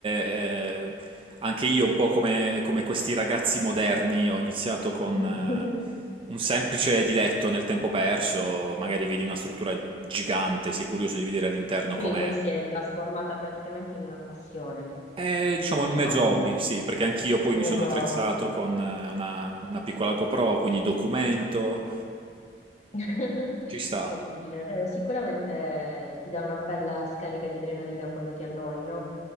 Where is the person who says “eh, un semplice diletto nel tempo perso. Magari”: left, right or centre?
Right